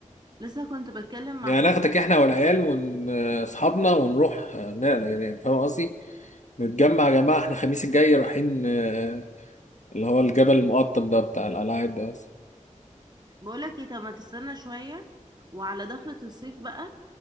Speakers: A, on the right (about 30°); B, on the left (about 65°).
A: لسه كنت بتكلم
B: يعني
A: مع حد
B: ناخدك احنا والعيال واصحابنا ونروح آه، نقل يعني يعني فاهم قصدي نتجمع يا جماعه احنا الخميس الجاي رايحين آه، اللي هو الجبل المقطم ده بتاع القلاعات ده بس
A: بقول لك ايه طب ما تستنى شوية وعلى دخلة الصيف بقى